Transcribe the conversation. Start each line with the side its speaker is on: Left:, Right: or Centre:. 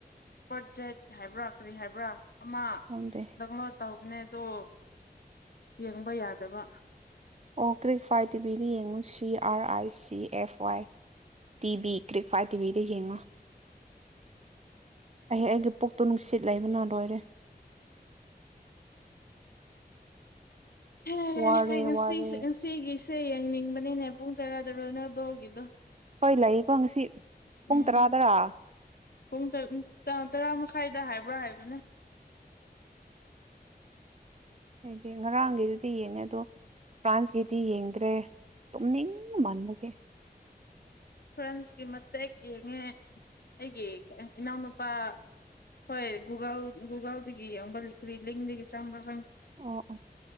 Left: ꯏꯁꯄꯠ ꯖꯦꯠ ꯍꯥꯏꯕ꯭ꯔꯥ ꯀꯔꯤ ꯍꯥꯏꯕ꯭ꯔꯥ ꯑ
Right: ꯈꯪꯗꯦ
Left: ꯗꯃ ꯇ ꯅꯦꯗꯣ ꯌꯦꯡꯕ ꯌꯥꯗꯕ
Right: ꯑꯣ ꯀ꯭ꯔꯤꯛ ꯐꯥꯏ ꯇꯤꯚꯤꯗ ꯌꯦꯡꯉꯨ C R I C F Y T ꯚꯕꯤ ꯀ꯭ꯔꯤꯛ ꯐꯥꯏ ꯇꯤꯚꯤꯗ ꯌꯦꯡꯉꯨ ꯑꯩꯍ ꯑꯩꯒꯤ ꯄꯣꯛꯇꯣ ꯅꯨꯡꯁꯤꯠ ꯂꯩꯕꯅ ꯂꯣꯏꯔꯦ
Left: ꯍ
Right: ꯋꯥꯔꯦ
Left: ꯍ
Right: ꯋꯥꯔꯦ
Left: ꯁꯤꯁꯤ ꯁꯤꯒꯤꯁꯤ ꯁꯦ ꯌꯦꯡꯅꯤꯡꯕꯅꯤꯅꯦ ꯄꯨꯡ ꯇꯔꯥꯗꯔꯣ ꯂꯧꯗꯣꯛꯈꯤꯗꯣ
Right: ꯍꯣꯏ ꯂꯩꯌꯦꯀꯣ ꯉꯁꯤ ꯄꯨꯡ
Left: ꯎꯝ
Right: ꯇꯔꯥ ꯇꯔꯥ
Left: ꯄꯨꯡ ꯇꯔꯨ ꯇꯔꯥ ꯃꯈꯥꯏꯗ ꯍꯥꯏꯕ꯭ꯔꯥ ꯍꯥꯏꯕꯅꯦ
Right: ꯍꯥꯏꯗꯤ ꯉꯔꯥꯡꯒꯤꯩꯗꯨꯗꯤ ꯌꯦꯡꯉꯦ ꯑꯗꯣ ꯐ꯭ꯔꯥꯟꯁꯀꯤꯗꯤ ꯌꯦꯡꯗ꯭ꯔꯦ ꯇꯨꯝꯅꯤꯡ ꯃꯥꯟꯕꯒꯦ
Left: ꯐꯣꯔꯦꯟꯁꯀꯤ ꯃꯇꯦꯛ ꯌꯦꯡꯉꯦ ꯑꯩꯒꯤ ꯏꯅꯥꯎꯅꯨꯄꯥ ꯍꯣꯏ ꯒꯨꯒꯜ ꯒꯨꯒꯜꯗꯒꯤ ꯌꯦꯡꯕ ꯔꯤꯂꯤꯡꯗꯒꯤ ꯆꯪꯕꯪ
Right: ꯑꯣ ꯑꯣ